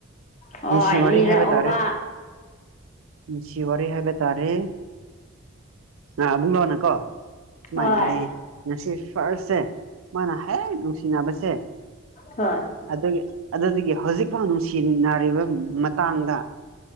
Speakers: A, on the left; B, on the right.
A: ꯍꯣꯏ
B: ꯅꯨꯡꯁꯤ ꯋꯥꯔꯤ
A: ꯂꯤꯔꯛꯑꯣꯕ
B: ꯍꯥꯏꯕ ꯇꯥꯔꯦ ꯅꯨꯜꯁꯤꯋꯥꯔꯤ ꯍꯥꯏꯕ ꯇꯥꯔꯦ ꯑꯥ ꯑꯕꯨꯡꯂꯣꯅ ꯀꯣ ꯁꯨꯃꯥꯏꯅ
A: ꯍꯣꯏ
B: ꯍꯥꯏꯌꯦ ꯉꯁꯤ ꯐꯥꯔꯁ ꯁꯦ ꯃꯥꯅ ꯍꯦꯛ ꯅꯨꯡꯁꯤꯅꯕꯁꯦ
A: ꯍꯣꯏ
B: ꯑꯗꯨ ꯑꯗꯨꯗꯒꯤ ꯍꯧꯖꯤꯛꯐꯥꯎ ꯅꯨꯡꯁꯤꯅꯔꯤꯕ ꯃꯇꯥꯡꯗ